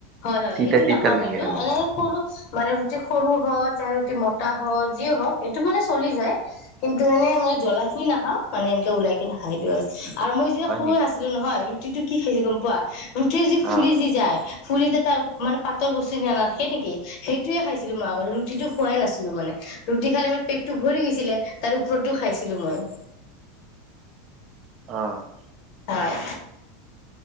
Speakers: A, on the left; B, on the right.
A: হয় হয়
B: তিতা
A: এইটো
B: তিতা
A: নাখাওঁ
B: লাগে
A: কিন্তু
B: অলপ।
A: এনে সৰু মানে ৰুটি সৰু হয়। যাৰ ৰুটি মতা হওঁক যি হওঁক সেইটো মানে চলি যায়। কিন্তু মানে মই জ্বলা খিনি নখাওঁ মানে এনেকে ওলাই কিনে খায় দিওঁ আৰু। আৰু মই যেতিয়া
B: হয়
A: সৰু
B: নেকি
A: আছিলো নহয় ৰুটিটো কি খাইছো গম পোৱা ৰুটিৰ যি ফুলি
B: অ
A: যি যায় ফুলি ত। তাৰ মানে পাতল বস্তু নিয়না সেই নেকি সেইটোয়ে খাইছিলো মই আগত ৰুটিটো খোৱাই নাছিলো মানে ৰুটি। ৰুটি খালে মানে পেটটো ভৰি গৈছিলে তাৰ ওপৰতো খাইছিলো মই।
B: অহ ',
A: হয়।